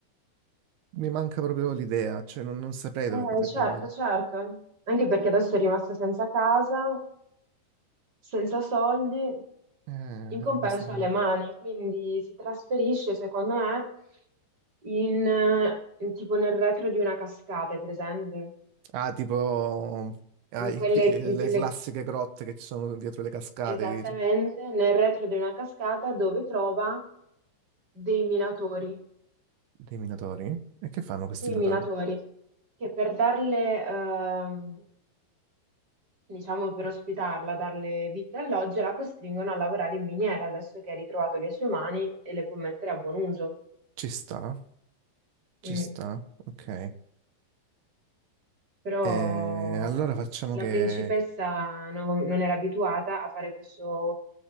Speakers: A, on the right; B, on the right.
A: Mi manca proprio l'idea, cioè non, non saprei dove
B: Eh,
A: potrebbe
B: certo,
A: andare.
B: certo. Anche perché adesso è rimasta senza casa senza soldi,
A: Eh,
B: in
A: è
B: compenso
A: rimasto preso.
B: alle mani, quindi si trasferisce, secondo me, in, eh, tipo nel retro di una cascata, è presente?
A: Ah, tipo ah,
B: In
A: i-
B: quelle,
A: i-
B: in
A: le
B: quelle-
A: classiche grotte che ci sono dietro le cascate,
B: esattamente,
A: dici?
B: nel retro di una cascata dove trova dei minatori,
A: Dei minatori? E che fanno questi
B: dei
A: minatori?
B: minatori che per darle, ehm, diciamo, per ospitarla, darle vite e alloggio, la costringono a lavorare in miniera, adesso che ha ritrovato le sue mani e le può mettere a buon uso.
A: Ci sta, ci
B: Mm.
A: sta, ok.
B: però
A: E allora
B: la,
A: facciamo
B: la
A: che...
B: principessa no- non era abituata a fare questo,